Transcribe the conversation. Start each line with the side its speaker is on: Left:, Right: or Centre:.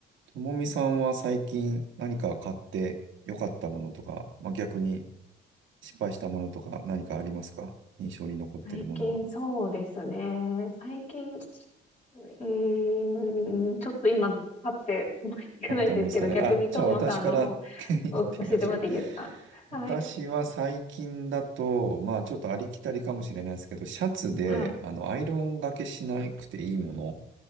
Right: ともみさんは最近何か買って良かったものとか、まあ、逆に失敗したものとか何かありますか印象に残ってるものは。
Left: 最近そうですね。最近、うーん、ちょっと今、パッて思いつかないんですけど、
Right: あって思いますかね。
Left: 逆にトーマさんの
Right: あ、じゃあ私から <laughs> 言ってみましょう。
Left: 方を教えてもらっていいですかはい。
Right: 私は最近だと、まあちょっとありきたりかもしれないですけど、シャツであのアイロンがけしなくていいものっ
Left: はい。